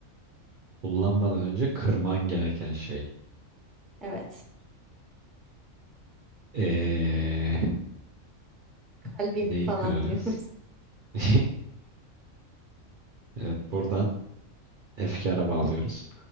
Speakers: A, on the right; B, in the centre.
A: Kullanmadan önce kırman gereken şey.
B: Evet,
A: Ee,
B: kalbim
A: neyi
B: falan
A: kırarız?
B: diyoruz. <laughs>
A: <laughs> Evet, buradan efkara bağlıyoruz.